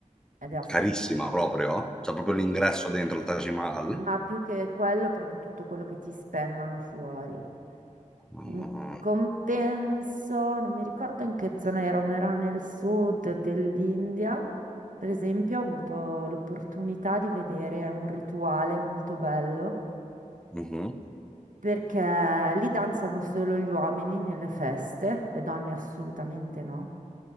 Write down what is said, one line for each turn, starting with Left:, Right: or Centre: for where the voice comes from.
Right: ed è assurdo.
Centre: Carissima proprio? C'è proprio
Right: Sì,
Centre: l'ingresso dentro il Taj Mahal?
Right: Ma più che quello, proprio tutto quello che ti spennano fuori.
Centre: Ah,
Right: In compenso, non mi ricordo in che zona ero, ma ero nel sud dell'India. Per esempio, ho avuto l'opportunità di vedere un rituale molto bello
Centre: mhm.
Right: Perché lì danzano solo gli uomini nelle feste, le donne assolutamente no.